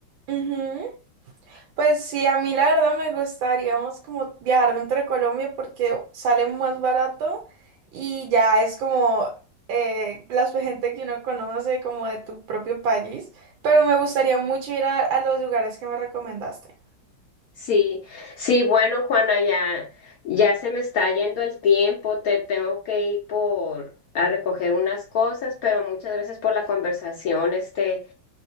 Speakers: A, on the right; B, on the left.
A: Ujú. Pues sí, a mí la verdad me gustaría más como viajar dentro de Colombia porque sale más barato y ya es como eh, la gente que uno conoce como de tu propio país, pero me gustaría mucho ir a, a los lugares que me recomendaste.
B: Sí, sí, bueno, Juana, ya, ya se me está yendo el tiempo, te tengo que ir por a recoger unas cosas, pero muchas gracias por la conversación, este,